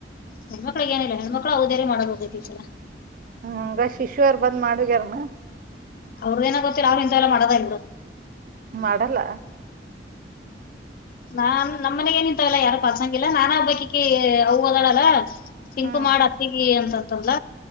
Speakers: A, on the left; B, on the right.
A: ಹೆಣ್ಮಕ್ಳ ಏನಿಲ್ಲ ಹೆಣ್ಮ ಮಕ್ಳು ಅವವುದೇರಿ ಮಾಡೋದ ಹೋಗ್ತಿ ಸಲ್ಲ
B: ಹ್ಮ ಬ ಶಿಶ್ಯ ಯಾರ್ ಬಂದ್ ಮಾಡಗ್ಯಾರನ
A: ಅವ್ರದಏನ ಗೊತ್ತಿಲ್ಲ ಅವ್ರ ಇಂತೆಲ್ಲ ಮಾಡೋದ ಇ
B: ಮಾಡಲ್ಲ
A: ನಾನ್ ನಮ್ಮ ಮನೆಗ ಏನಿಂತಲ್ಲಾ ಯಾರು ಪಸಂಗ ಇಲ್ಲಾ ನಾನ ಹಬ್ಬಕಿಕ್ಕ ಅವ ಓದಾಡಲ್ಲ ಸಿಂಕು
B: ಹ್ಮ್
A: ಮಾಡ ಅತ್ತಿಗೆ ಅಂತತ್ತಲ್ಲ